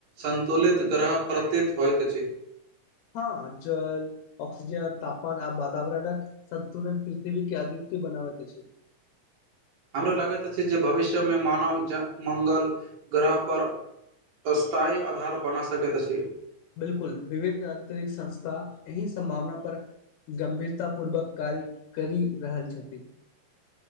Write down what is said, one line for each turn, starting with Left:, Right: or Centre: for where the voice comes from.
Right: सन्तुलित ग्रह प्रतीत होइत अछि
Left: हँ आंचल ऑक्सिजन तापमान आ वातावरणक सन्तुलन पृथ्वी के अदित बनावत छै
Right: हमरा लगैत अछि जे भविष्यमे मानव जन मंगल ग्रहपर अस्थाई आधार बना सकैत अछि
Left: बिलकुल विभिन आतरिक संस्था एहि संभावना पर गम्भीरता पूर्वक कार्य करि रहल छथिन